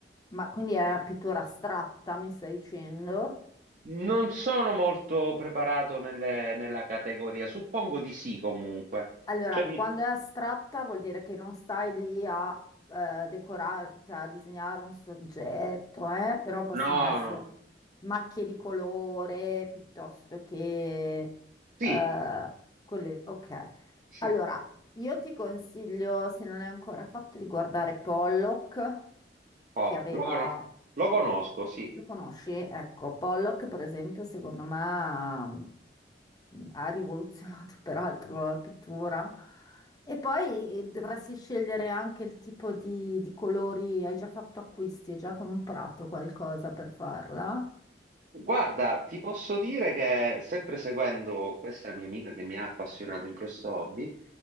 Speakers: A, on the left; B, on the right.
A: Ma quindi è pittura astratta, mi stai dicendo?
B: Non sono molto preparato nelle- nella categoria, suppongo di sì comunque.
A: Allora,
B: Cioè, mi-
A: quando è astratta vuol dire che non stai lì a eh, decorare, cioè a disegnare un soggetto, eh, però possono
B: No,
A: essere
B: no,
A: macchie di colore piuttosto che...
B: sì,
A: eh, quelle- Ok,
B: sì.
A: allora, io ti consiglio, se non l'hai ancora fatto, di guardare Pollock,
B: Oh,
A: che aveva
B: lo, cono- lo conosco, sì.
A: lo conosci? Ecco, Pollock, per esempio, secondo me ha ha rivoluzionato <laughs> peraltro la pittura. E poi eh, dovresti scegliere anche il tipo di, di colori. Hai già fatto acquisti, hai già comprato qualcosa per farla?
B: Guarda, ti posso dire che sempre seguendo questa mia amica che mi ha appassionato in questo hobby,